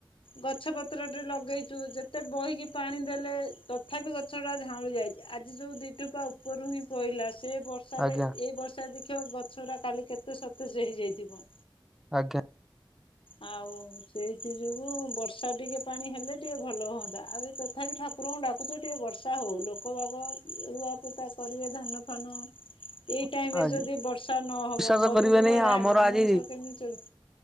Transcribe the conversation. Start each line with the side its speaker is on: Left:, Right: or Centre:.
Left: ଗଛ ପତ୍ର ଟେ ଲଗେଇଛୁ ଯେତେ ବହିକି ପାଣି ଦେଲେ ତଥାପି ଗଛ ଟା ଝାଉଁଳି ଯାଇଛି। ଆଜି ଯୋଉ ଦିଟୋପା ଉପରୁ ହିଁ ପଇଲା ସେ ବର୍ଷ ବର୍ଷାରେ
Centre: ଆଜ୍ଞା
Left: ଏଇ ବର୍ଷାରେ ଦେଖିବ ଗଛ ଗୁଡା କାଲି କେତେ ସତେଜ ହେଇଯାଇଥିବ।
Centre: ଆଜ୍ଞା।
Left: ଆଉ ସେଇଥି ଯୋଗୁ ବର୍ଷା ଟିକେ ପାଣି ହେଲେ ଟିକେ ଭଲ ହୁଅନ୍ତା ଆଉ ଏ ତଥାପି ଠକ ଠାକୁରଙ୍କୁ ଡାକୁଛୁ ଟିକେ ବର୍ଷା ହଉ ଲୋକ ବାକ ରୁଆପୋତା କରିବେ ଧାନ ଫାନ।
Centre: <inaudible>
Left: ଏଇ ଟାଇମ ରେ
Centre: ଆଜ୍ଞା।
Left: ଯଦି ବର୍ଷା ନହବ
Centre: ବିଶ୍ଵାସ
Left: ମରୁଡି
Centre: କରିବେନି
Left: ଭଳିଆ
Centre: ଆମର
Left: ହେଲେ
Centre: ଆଜି
Left: ମଣିଷ କେମିତି ଚଳ